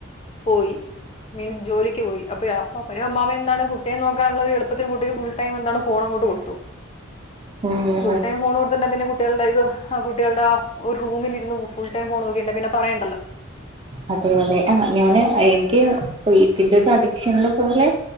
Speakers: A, on the left; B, on the right.
A: പോയി മീൻസ് ജോലിക്ക് പോയി. അപ്പേ അപ്പാപ്പനും അമ്മാമ്മയും എന്താണ് കു ട്ടിയെ നോക്കാന്ള്ളരു എളുപ്പത്തിന് കുട്ടിക്ക് ഫുൾ ടൈം എന്താണ് ഫോണങ്ങോട്ട് കൊടുത്തു
B: ഉം
A: ഫുൾ ടൈം ഫോണ് കൊട്ത്ത്ണ്ടേ പിന്നെ കുട്ടികള്ടെ കയ്യില് <unintelligible> കുട്ടികള്ടെ ആ ഒരു റൂമിലിര്ന്ന് ഫുൾ ടൈം ഫോണ് നോക്കിണ്ടേ പിന്നെ പറയണ്ടല്ലോ
B: അതെ അതെ ആഹ് ഞാന് എനിക്ക് ഇതിന്റെ ഒരു അഡിക്ഷനല് പോലെ